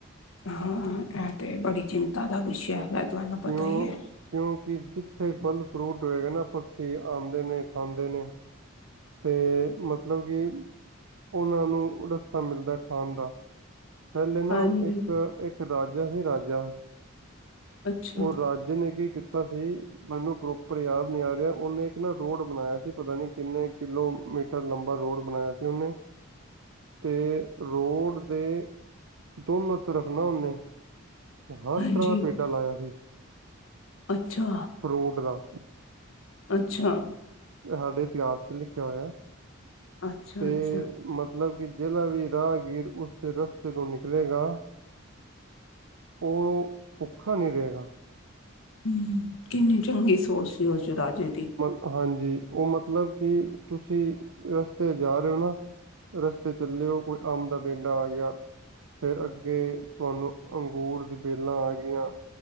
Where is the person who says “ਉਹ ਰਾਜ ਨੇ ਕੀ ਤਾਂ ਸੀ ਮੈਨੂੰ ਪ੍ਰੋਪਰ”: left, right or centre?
Right